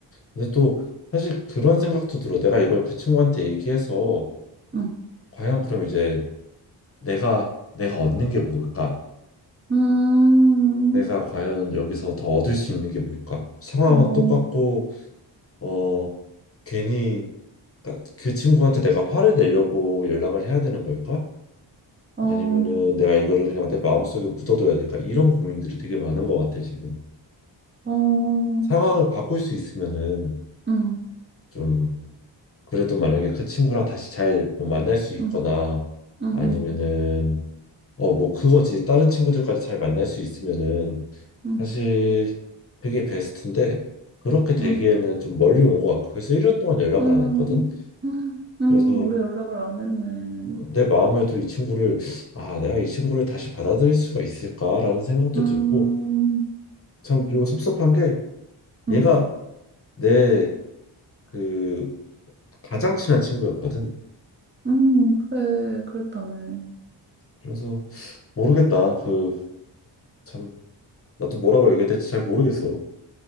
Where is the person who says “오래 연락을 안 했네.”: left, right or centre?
Right